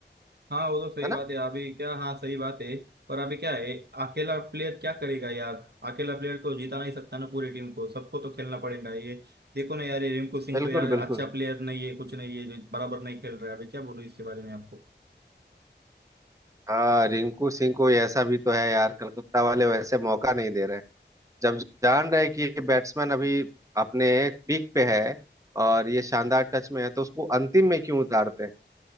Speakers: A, on the right (about 60°); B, on the right (about 15°).
A: हाँ वो तो सही
B: है
A: बात
B: ना
A: है अभी क्या हाँ सही बात है पर अभी क्या है अकेला प्लेयर क्या करेगा यार अकेला प्लेयर को जिता नहीं सकता ना पूरी टीम को सबको तो खेलना पड़ेगा ये देखो ना यार ये रिंकू सिंह
B: बिल्कुल
A: तो यार
B: बिल्कुल
A: अच्छा प्लेयर नहीं है कुछ नहीं है जो बराबर नहीं खेल रहा है अभी क्या बोलूं इसके बारे में आपको
B: हाँ रिंकू सिंह को ऐसा भी तो है यार कलकत्ता वाले वैसे मौका नहीं दे रहे हैं जब जान रहे कि ये बैट्समैन अभी अपने पीक पे है और ये शानदार टच में है तो उसको अंतिम में क्यों उतारते हैं